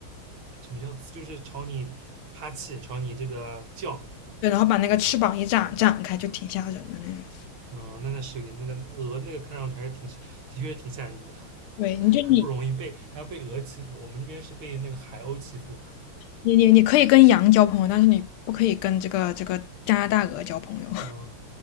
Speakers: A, on the right; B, on the left.
A: 什么叫就是朝你哈气，朝你这个叫，
B: 对，然后把那个翅膀一展展开，就挺吓人的那种。
A: 嗯，那那是有点那个鹅那个看上去还是挺的确是挺吓人的，
B: 对，你就你
A: 还不容易被还要被鹅欺负，我们这边是被那个海鸥欺负，
B: 你你你可以跟羊交朋友，但是你不可以跟这个这个加拿大鹅交朋友。
A: 嗯，